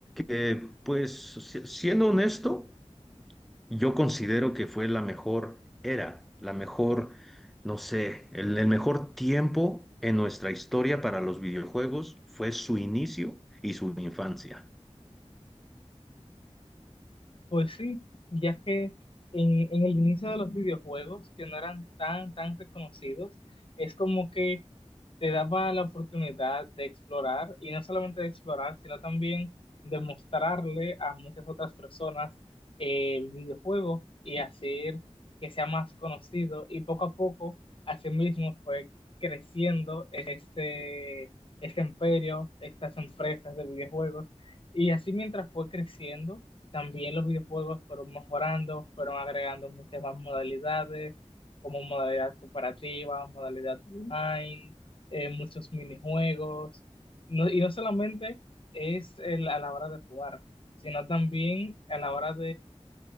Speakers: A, in the centre; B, on the left (about 50°).
A: Que, pues, si- siendo honesto, yo considero que fue la mejor era, la mejor, no sé, el, el mejor tiempo en nuestra historia para los videojuegos fue su inicio y su infancia.
B: Pues sí, ya que en, en el inicio de los videojuegos, que no eran tan, tan reconocidos, es como que te daba la oportunidad de explorar, y no solamente de explorar, sino también de mostrarle a muchas otras personas el videojuego y hacer que sea más conocido. Y poco a poco, así mismo fue creciendo este, este imperio, estas empresas de videojuegos. Y así mientras fue creciendo, también los videojuegos fueron mejorando, fueron agregando muchas más modalidades, como modalidad cooperativa, modalidad online eh, muchos minijuegos. No- y no solamente es el- a la hora de jugar, sino también a la hora